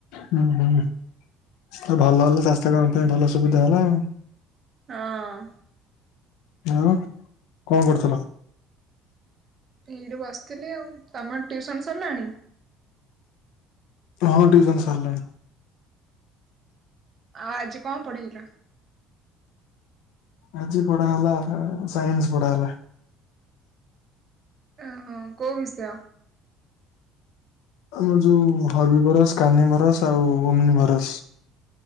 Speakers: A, on the left; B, on the right.
A: ହୁଁ ହୁଁ। ଭଲ ହେଲ ସ୍ୱାସ୍ଥ୍ୟ କାମ ପାଇଁ ଭଲ ସୁବିଧା ହେଲା ଆଉ।
B: ହଁ।
A: ହଁ କଣ କରୁଥିଲ?
B: ଏଇଠି ବସିଥିଲି ଆଉ, ତମର ଟିଉସନ ସରିଲାଣି?
A: ହଁ ଟିଉସନ୍ ସରିଲାଣି।
B: ଆ ଆଜି କଣ ପଢେଇଲ?
A: ଆଜି ପଢା ହେଲା ସାଇନ୍ସ ପଢା ହେଲା।
B: ଓ ହୋ, କୋଉ ବିଷୟ?
A: ଆମର ଯୋଉ ହର୍ବି ଭରସ, କାହ୍ନି ଭରସ ଆଉ ଓମନି ଭରସ।